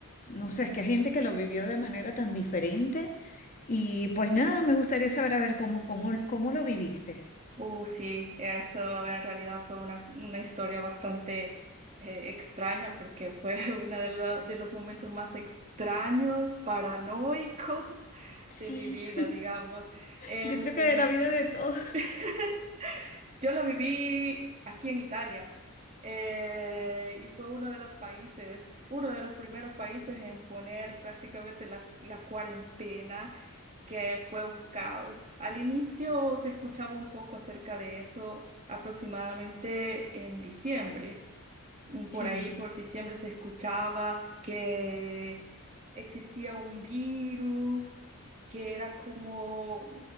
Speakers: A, on the left; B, on the right.
A: no sé, es que hay gente que lo vivió de manera tan diferente y pues nada, me gustaría saber a ver cómo, cómo, cómo lo viviste.
B: Uh, sí, eso en realidad fue una, una historia bastante eh, extraña porque fue <laughs> uno de, lo- de los momentos más extraños, paranoicos
A: Sí,
B: de mi vida, digamos. Em,
A: yo creo que de la vida de todos. <laughs>
B: <laughs> Yo lo viví aquí en Italia eh, y fue uno de los países, uno de los primeros países en poner prácticamente la, la cuarentena, que fue un caos. Al inicio se escuchaba un poco acerca de eso aproximadamente en diciembre
A: Sí.
B: por ahí por diciembre se escuchaba que existía un virus, que era como